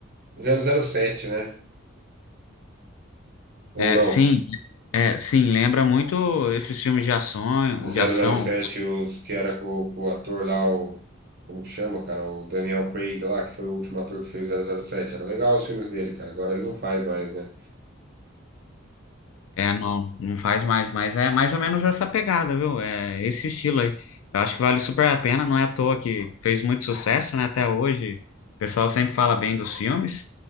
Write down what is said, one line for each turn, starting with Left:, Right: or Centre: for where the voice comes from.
Right: zero zero sete, né? Ou
Left: É,
Right: não?
Left: sim, é, sim, lembra muito esses filmes de ação,
Right: Do 007,
Left: de ação.
Right: os, que era com, com o ator lá, o, como que chama, cara? O Daniel Craig lá, que foi o último ator que fez 007. Era legal os filmes dele, cara. Agora ele não faz mais, né?
Left: É, não, não faz mais, mas é mais ou menos essa pegada, viu? É esse estilo aí. Eu acho que vale super a pena, não é à toa que fez muito sucesso, né? Até hoje, o pessoal sempre fala bem dos filmes,